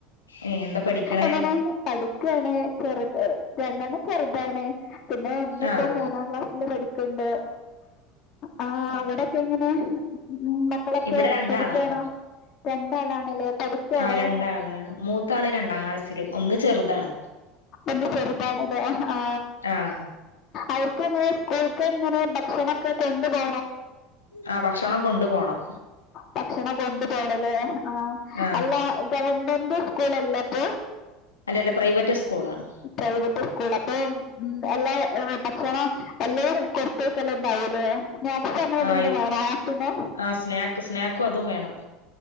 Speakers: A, on the left (about 80°); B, on the left (about 45°).
A: ഏഹ് എന്താ പഠിക്കണേ
B: എങ്ങനെ പഠി <unintelligible> ചെറു രണ്ടണ്ണം ചെറുതാണ് പിന്നെ ഒന്നിപ്പോ
A: ആഹ്
B: മൂന്നാം ക്ലാസ്സില് പഠി ബസ്ണ്ട് ആഹ് അവിടെക്കെ എങ്ങനെ മക്കളൊക്കെ
A: ഇവിടെ രണ്ടാളാണ്
B: പഠിക്കണോ രണ്ടാളാണില്ലേ പഠിക്കാണോ
A: ആഹ് രണ്ടാളാണ് മൂത്താള് രണ്ടാം ക്ലാസ്സില് ഒന്ന് ചെറുതാണ്
B: ഒന്ന് കൊറിബാടലോ ഹാ
A: ആഹ്
B: അവർക്കെങ്ങനെ <unintelligible> ഭക്ഷണക്കെ കൊണ്ട് പോ
A: ആഹ് ഭക്ഷണം കൊണ്ടു പോണം
B: ഭക്ഷണം കൊണ്ടു പോണല്ലേ ആഹ്
A: ആഹ്
B: അല്ല ഗവൺമെന്റ് സ്കൂളല്ല പ്പോ
A: അല്ല അല്ല പ്രൈവറ്റ് സ്കൂൾ ആണ്
B: പ്രൈവെറ്റുസ്കൂളാ അപ്പൊ ഉം എല്ലാ ഭക്ഷണം എല്ലാ കൊടുത്തയച്ചു എന്ന പറയുന്ന നെക്സ്റ്റങ്ങോട്ടിനി
A: ആഹ്
B: വേണോ പിന്നെ
A: ആഹ് സ്നാക്ക് സ്നാക്കും അതും വേണം